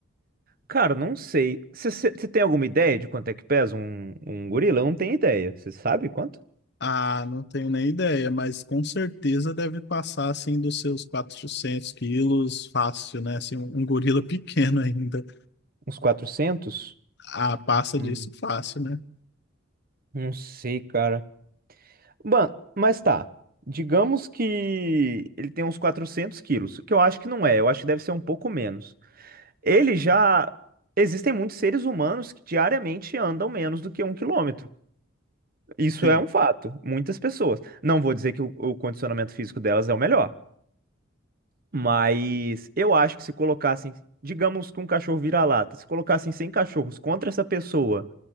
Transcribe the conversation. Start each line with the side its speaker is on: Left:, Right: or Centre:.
Right: Cara, não sei. Você tem alguma ideia de quanto é que pesa um, um gorila? Eu não tenho ideia. Você sabe quanto?
Left: Ah, não tenho nem ideia, mas com certeza deve passar assim dos seus 400 quilos fácil, né? Assim, um um gorila <laughs> pequeno ainda.
Right: Uns quatrocentos
Left: Ah, passa
Right: Hum,
Left: disso fácil, né?
Right: não sei, cara. Mano, mas tá. Digamos que ele tem uns 400 quilos, que eu acho que não é, eu acho que deve ser um pouco menos. Ele já. Existem muitos seres humanos que diariamente andam menos do que um quilômetro. Isso
Left: Sim.
Right: é um fato. Muitas pessoas. Não vou dizer que o, o condicionamento físico delas é o melhor, mas eu acho que se colocassem, digamos que um cachorro vira-lata, se colocassem 100 cachorros contra essa pessoa